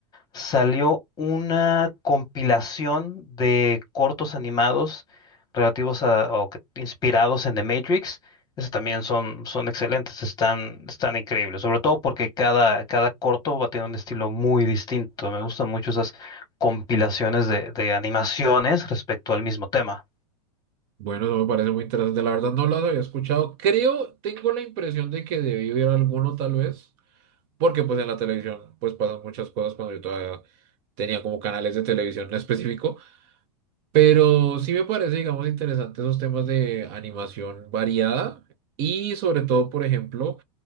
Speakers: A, on the left (about 20°); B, on the right (about 40°).
A: salió una compilación de cortos animados relativos a, o que- inspirados en The Matrix. Esos también son, son excelentes, están, están increíbles, sobre todo porque cada, cada corto va a tener un estilo muy distinto. Me gustan mucho esas compilaciones de, de animaciones respecto al mismo tema.
B: Bueno, eso me parece muy interesante. La verdad, no las había escuchado. Creo, tengo la impresión de que debí ver alguno tal vez, porque pues en la televisión pues pasan muchas cosas cuando yo todavía tenía como canales de televisión en específico. Pero sí me parece, digamos, interesante esos temas de animación variada y sobre todo, por ejemplo,